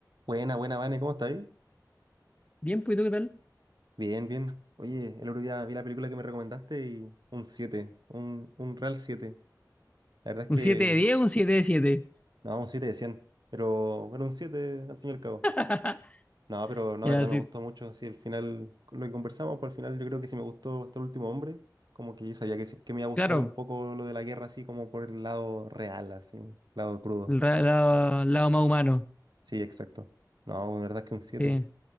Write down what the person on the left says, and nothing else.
Bien, pues, ¿y ¿tú qué tal?
Un
siete de 10, un 7 de siete
<laughs>
Y
así,
claro,
el ra- lado, lado más humano.
sí.